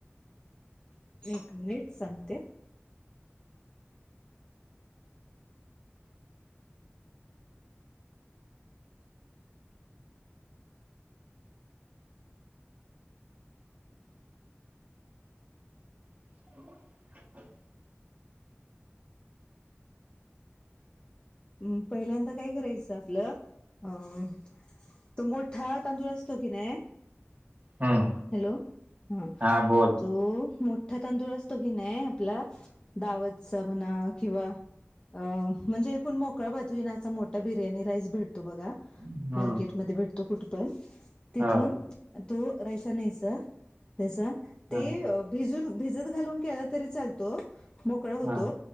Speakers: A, on the left; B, on the right.
A: एक मिनिट सांगते
B: <inaudible>
A: म पहिल्यांदा काय करायचं आपलं अं तो मोठा तांदूळ असतो कि नाही
B: हम्म
A: हॅलो हम
B: हा बोल
A: तो मो ठा तांदूळ असतो की नाही आपला दावतचा म्हणा किंवा अ म्हणजे एकूण मोकळा भातू ना असा मोठा बिर्याणी राईस भेटतो बघा
B: हम्म
A: मार्केट म भेटतो कुठ पण तिथून
B: हो
A: तो रायसानचा त्याचा ते
B: हा
A: भिजून भिजत घालून केला तरी चालतो मोकळा होतो
B: हा